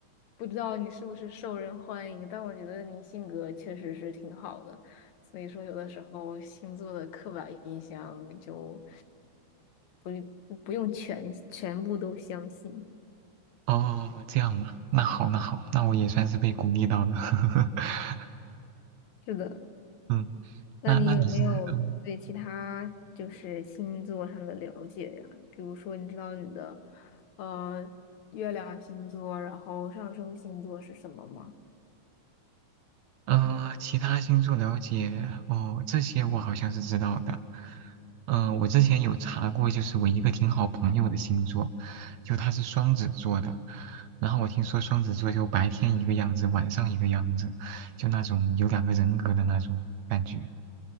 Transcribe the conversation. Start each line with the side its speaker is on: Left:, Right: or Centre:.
Left: 不知道你是不是受人欢迎，但我觉得你性格确实是挺好的，所以说有的时候星座的刻板印象就不不不用全全部都相信。
Right: 哦，这样嘛，那好，那好，那我也算是被鼓励到了。<laughs>
Left: 是的，
Right: 嗯，
Left: 那你有没有对其他就是星座上的了解呀？
Right: 那那你是嗯
Left: 比如说，你知道你的呃月亮星座，然后上升星座是什么吗？
Right: 呃，其他星座了解哦，这些我好像是知道的。嗯、我之前有查过，就是我一个挺好朋友的星座，就他是双子座的。然后我听说双子座就白天一个样子，晚上一个样子，就那种有两个人格的那种感觉。